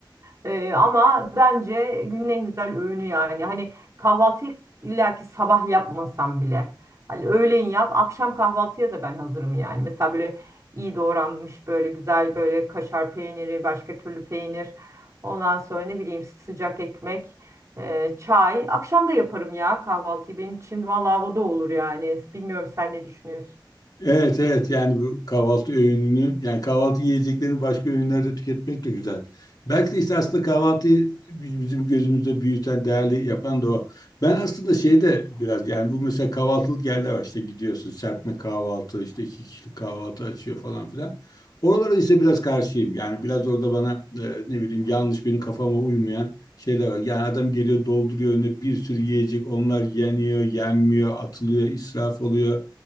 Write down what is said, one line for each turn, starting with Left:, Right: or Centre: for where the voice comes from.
Right: Ee, ama bence günün en güzel öğünü yani. Hani kahvaltıyı illaki sabah yapmasam bile. Hani öğleyin yap, akşam kahvaltıya da ben hazırım yani. Mesela böyle iyi doğranmış böyle güzel böyle kaşar peyniri, başka türlü peynir. Ondan sonra ne bileyim sıcak ekmek. Ee, çay. Akşam da yaparım ya kahvaltıyı. Benim için valla o da olur yani. Bilmiyorum sen ne düşünüyorsun?
Left: Evet evet yani bu kahvaltı öğününü yani kahvaltı yiyeceklerini başka öğünlerde tüketmek de güzel. Belki de işte aslında kahvaltıyı bizim gözümüzde büyüten, değerli yapan da o. Ben aslında şeyde biraz yani bu mesela kahvaltılık yerler var işte gidiyorsun serpme kahvaltı işte iki kişilik kahvaltı açıyor falan filan. Oralara işte biraz karşıyım yani biraz orada bana e, ne bileyim yanlış benim kafama uymayan şeyler var. Yani adam geliyor dolduruyor önüne bir sürü yiyecek onlar yeniyor, yenmiyor, atılıyor, israf oluyor.